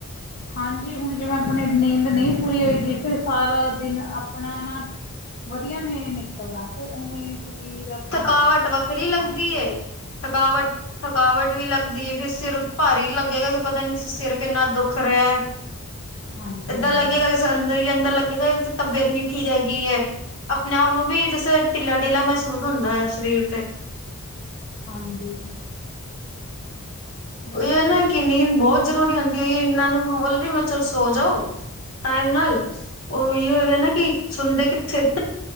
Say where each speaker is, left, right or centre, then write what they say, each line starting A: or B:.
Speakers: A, on the left; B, on the left.
A: ਹਾਂਜੀ ਹੁਣ ਜਿਵੇਂਆਪਣੀ ਨੀਂਦ ਨਈਪੂਰੀ ਹੋਏਗੀ ਫਿਰ ਸਾਰਾ ਦਿਨ ਆਪਣਾ ਨਾ ਵਧੀਆ ਨੇ ਨਿਕਲਦਾ ਤੇ ਉਵੇਂ ਸਰੀਰ ਆਪਣਾ
B: ਥਕਾਵਟ ਵੱਖਰੀ ਲੱਗਦੀ
A: ਹਾਂਜੀ।
B: ਏ ਥਕਾਵਟ ਥਕਾਵਟ ਵੀ ਲੱਗਦੀਏ, ਫਿਰ ਸਿਰ ਭਾਰੀ ਲੱਗੇਗਾ ਕੀ ਪਤਾ ਨੀ ਸਿਰ ਕਿੰਨਾ ਦੁੱਖ ਰਿਆ।
A: ਹਾਂਜੀ
B: ਏਦਾਂ
A: ਹਾਂਜੀ
B: ਲੱਗੇਗਾ, ਜਿਸ ਅੰਦਰ ਈ ਅੰਦਰ ਲੱਗੇਗਾ ਤਬੀਅਤ ਨੀ ਠੀਕ ਹੈਗੀ ਏ। ਆਪਣੇ ਆਪ ਨੂੰ ਵੀ ਜੈਸੇ ਟਿੱਲਾਂ-ਟਿੱਲਾਂ ਮੈਸੂਸ ਹੁੰਦਾ ਏ ਸਰੀਰ ਤੇ।
A: ਹਾਂਜੀ ਬਹੁਤ
B: ਓਈ ਓ
A: ਠੀਕ
B: ਨਾ ਕੀ ਨੀਦ ਬੋਤ ਜ਼ਰੂਰੀ ਹੁੰਦੀ, ਏਨਾਂ ਨੂੰ ਰੋਲਦੀ, ਮੈਂ ਚਲ ਸੋ ਜੋ ਟਾਈਮ ਨਾਲ। ਓਈ ਓ ਹੈਗਾ ਨਾ ਕੀ ਸੁਣਦੇ ਕਿੱਥੇ?